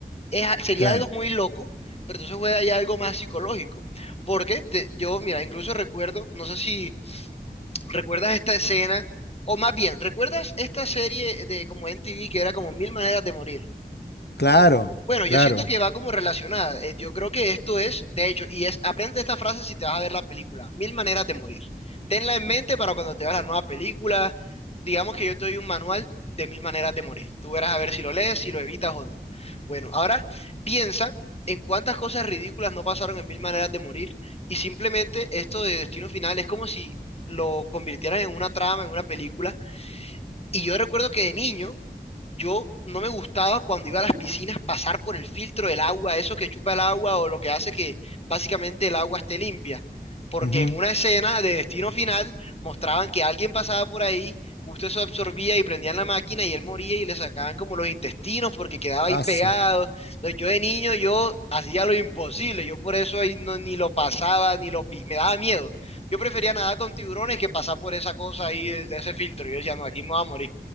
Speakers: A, on the left (about 40°); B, on the left (about 85°).
A: Es a- sería
B: Claro,
A: algo muy loco, pero entonces juega ya algo más psicológico. Porque te- yo, mira, incluso recuerdo, no sé si recuerdas esta escena, o más bien, ¿recuerdas esta serie de como MTV que era como Mil Maneras de Morir?
B: claro,
A: Bueno, yo
B: claro.
A: siento que va como relacionada. Eh, yo creo que esto es, de hecho, y es, aprende esta frase si te vas a ver la película. Mil maneras de morir. Tenla en mente para cuando te veas la nueva película. Digamos que yo te doy un manual de mil maneras de morir. Tú verás a ver si lo lees, si lo evitas o no. Bueno, ahora piensa en cuántas cosas ridículas no pasaron en mil maneras de morir. Y simplemente esto de destino final es como si lo convirtieran en una trama, en una película y yo recuerdo que de niño, yo no me gustaba cuando iba a las piscinas pasar por el filtro del agua, eso que chupa el agua o lo que hace que básicamente el agua esté limpia. Porque
B: Ujú.
A: en una escena de Destino Final mostraban que alguien pasaba por ahí, justo eso absorbía y prendían la máquina y él moría y le sacaban como los intestinos porque quedaba
B: Aso.
A: ahí pegado. Entonces yo de niño yo hacía lo imposible, yo por eso ahí no- ni lo pasaba, ni lo pi- me daba miedo. Yo prefería nadar con tiburones que pasar por esa cosa ahí, de, de ese filtro. Yo decía, no, aquí me voy a morir.